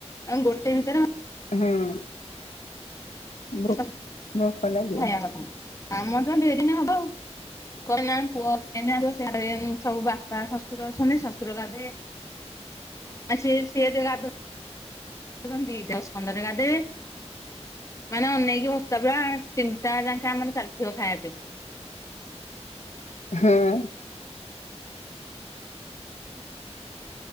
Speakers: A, on the left; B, on the left.
A: ଆ ଗୋଟେ ଭିତରେ
B: ହଁ। ଭୋ
A: କଥା
B: ଭୋକ ଲାଗିବ
A: ଆମର ତ ଦୁଇ ଦିନ ହବ ଆଉ <unintelligible> ସବୁ ବା ବା ଶ୍ୱଶୁର ଅଛନ୍ତି ଶ୍ୱଶୁର ଗାଧେ ଆଉ ସ ସିଏ ଗାଧ <unintelligible> ମାନେ ଅନେଇକି ବତା ଭ ତିନ୍ତା ଯାଙ୍କା ମାନେ ଚାଲିଥିବ ଖାଇବା ପାଇଁ
B: ହଁମ